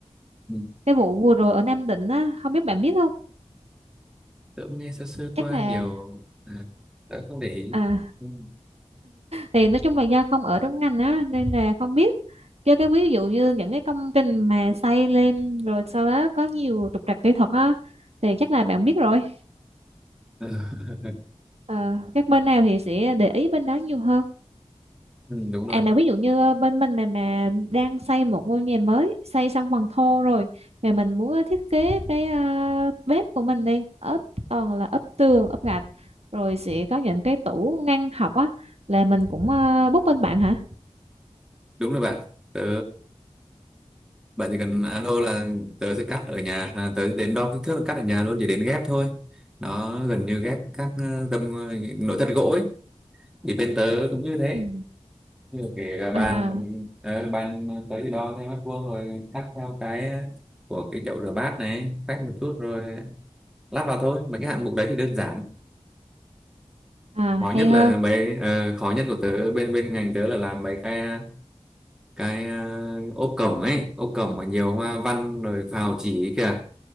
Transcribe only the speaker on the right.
cái vụ vừa rồi ở Nam Định á không biết bạn biết không
chắc
là
à,
thì nói chung là do không ở trong ngành á nên là không biết chứ cái ví dụ như những cái công trình mà xây lên rồi sau đó có nhiều trục trặc kỹ thuật á thì chắc là bạn biết rồi
Ờ, các bên nào thì sẽ để ý bên đó nhiều hơn
À
mà ví dụ như ờ, bên mình mà mà đang xây một ngôi nhà mới, xây xong phần thô rồi mà mình muốn ờ, thiết kế cái ờ, bếp của mình đi, ốp toàn là ốp tường, ốp gạch rồi sẽ có những cái tủ ngăn học á là mình cũng uh, book bên bạn hả?
Ừ.
À à
à
hay
ha.